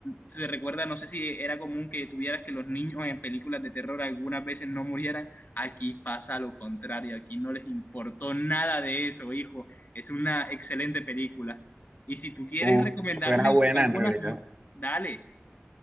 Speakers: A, on the left; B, on the right.
A: se recuerda, no sé si era común que tuvieras que los niños en películas de terror algunas veces no murieran, aquí pasa lo contrario, aquí no les importó nada de eso, hijo. Es una excelente película. Y si tú quieres
B: Uh,
A: recomendarme
B: suena buena
A: algunas,
B: en realidad.
A: mu- dale.